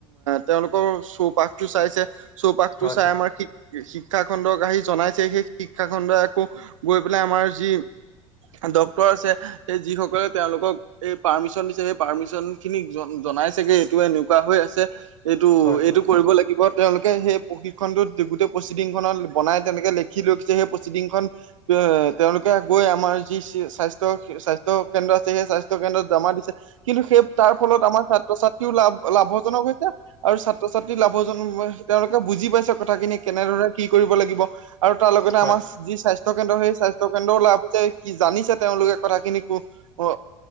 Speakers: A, on the right; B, on the left.
A: তেওঁলোকৰ চৌপাশটো চাইছে চৌপাশটো
B: হয়
A: চাই
B: হয়
A: আমাৰ শিক শিক্ষা খণ্ডক আহি জনাইছে সেই শিক্ষা খণ্ডই আকৌ গৈ পেলাই আমাৰ যি ডক্তৰ আছে যিসকলে তেওঁলোকক এই পাৰ্মিশন দিছে সেই পাৰ্মিশন খিনিক জন জনাইছেগে এইটো এনেকুৱা হৈ আছে এইটো,
B: হয়
A: এইটো
B: হয়
A: কৰিব লাগিব তেওঁলোকে সেই প্ৰশিক্ষণটো গোটেই প্ৰচিডিং খত বনাই তেনেকে লে <unintelligible> সেই প্ৰচিডিং খন এ তেওঁলোকে গৈ আমাৰ যি স্বাস্থ্য স্বাস্থ স্বাস্থ্য কেন্দ্ৰ আছে সেই স্বাস্থ্য কেন্দ্ৰত জমা দিছে কিন্তু সেই তাৰ ফলত আমাৰ ছাত্ৰ-ছাত্ৰীও লাভ লাভজনক হৈছে, আৰু ছাত্ৰ-ছাত্ৰী লাভজনক তেওঁলোকে বুজি পাইছে কথাখিনি কেনেদৰে কি কৰিব লাগিব। আৰু তাৰ লগতে
B: হয়
A: আমাৰ যি স্বাস্থ্য কেন্দ্ৰ সেই স্বাস্থ্য কেন্দ্ৰওলাভ যে কি জানিছে তেওঁলোকে কথাখিনি কো অ